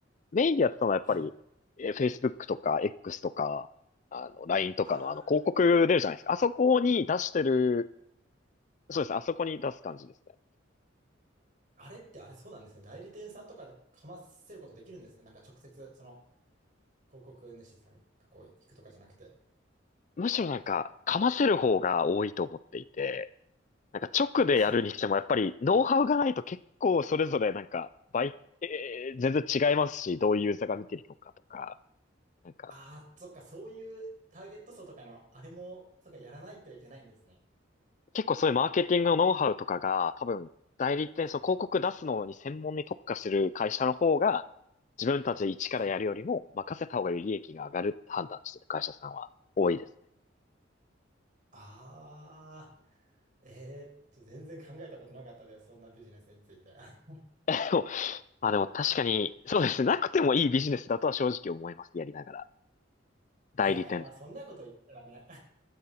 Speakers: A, on the left; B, on the right.
A: メインでやってたのはやっぱり、
B: はい。
A: えー Facebook とか X とか、あの、LINE とかのあの、
B: ああ、
A: 広告出るじゃないですか。あそこに出してる、そうですね。あそこに出す感じですね。
B: あれってあれそうなんですね。代理店さんとかかませることできるんですね。なんか直接、その、広告主さんがこう、行くとかじゃなくて。
A: むしろなんか、かませる方が多いと思っていて、なんか直でやるにしても、
B: はい。
A: やっぱりノウハウがないと結構それぞれなんか倍、えー全然違いますし、どういうユーザーが見てるのかとか、なんか
B: ああ、そっか、そういうターゲット層とかの、あれも、そっか、やらないといけないんですね。
A: 結構そういうマーケティングのノウハウとかが多分代理店、
B: はい。
A: その広告出すのに専門に特化してる会社の方が自分たちで一からやるよりも任せた方がより利益が上がるって判断してる会社さんは多いですね。
B: はい。ああ、えーっと、全然考えたことなかったです。そんなビジネスについて。<laughs>
A: <laughs> でもまあでも確かに、そうですね。なくてもいいビジネスだとは正直思います。やりながら。代理店って。
B: ええまあ、そんなこと言ったらね、